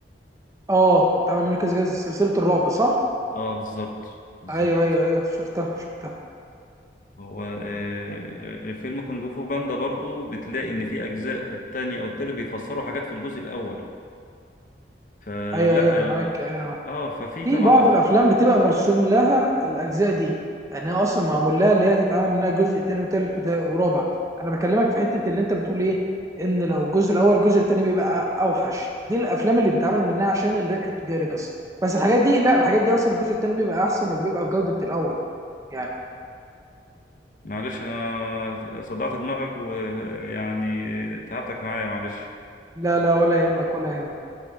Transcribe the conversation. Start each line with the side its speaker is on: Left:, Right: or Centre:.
Right: اه اتعمل منه كذا كذا سلسله الرعب صح
Left: اه بالظبط بالظبط
Right: ايوه ايوه ايوه شفتها شفتها
Left: هو آه، آه، آه، فيلم كونج فو باندا برضو بتلاقي ان في اجزاء التاني او التالت بيفسروا حاجات في الجزء الاول فلا
Right: ايوه ايوه انا
Left: ال-
Right: معاك ايوه
Left: اه ففي
Right: في
Left: طبعا
Right: بعض
Left: أف...
Right: الافلام بتبقى مرسوم لها الاجزاء دي يعني هي اصلا معمول لها اللي هي تتعامل منها جزء تاني وتالت وتا- ورابع انا بكلمك في حته اللي انت بتقول ايه ان لو الجزء الاول الجزء التاني بيبقى أ- اوحش دي الافلام اللي بيتعمل منها عشان الربح التجاري بس بس الحاجات دي لا الحاجات دي اصلا الجزء التاني بيبقى احسن وبيبقى بجوده الاول يعني
Left: معلش انا صدعت دماغك ويعني تعبتك معايا معلش
Right: لا لا ولا يهمك ولا يهمك